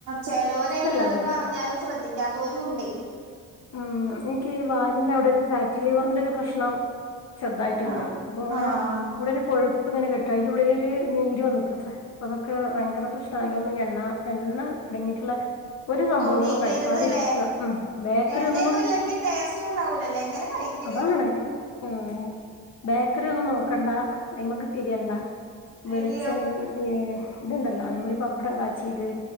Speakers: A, on the right (about 90°); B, on the left (about 55°).
A: ചെലോരയിന്
B: ഇഷ്ടമല്ലാതായി
A: അത് പറഞ്ഞാലും ശ്രദ്ധിക്കാത്തോരുണ്ടെ.
B: ഉം എനിക്കി വാര്യന്റെ അവിടെ ഒരു ഫാറ്റി ലിവറിന്റൊരു പ്രശ്നം ചെർതായിട്ട്ണ്ട്
A: ആഹ്
B: അപ്പങ്ങനെ
A: ആഹ്
B: അവിടെ ഒരു കൊഴുപ്പ പ്പ്ങ്ങനെ കെട്ടും അയ്ന്റെുള്ളിലൊരു നീരുവന്ന്കാത്രേ അതൊക്കെ ഭയങ്ക പ്രഷ്ന എണ്ണ എണ്ണ അടങ്ങിട്ട്ള്ള ഒരു സംഭവങ്ങളും
A: തൊടീക്കരുത്
B: കഴിക്കാതിരിക്ക
A: ല്ലേ
B: മ് ബേക്കറി
A: എണ്ണയൊന്നും
B: ഒന്നും
A: ഇല്ലെങ്കി ടേസ്റ്റും ഉണ്ടാവൂലല്ലേ എങ്ങനെ കഴിക്കണ്
B: അതാണ് ലെ ഏ ബേക്കറി ഒന്നും നോക്കണ്ട അയ്മക്ക് തിരിയണ്ട വെളിച്ചെ
A: അയ്യോ
B: ഏ ഇത്ണ്ടല്ലോ നമ്മളീ പപ്പടം കാച്ചീത്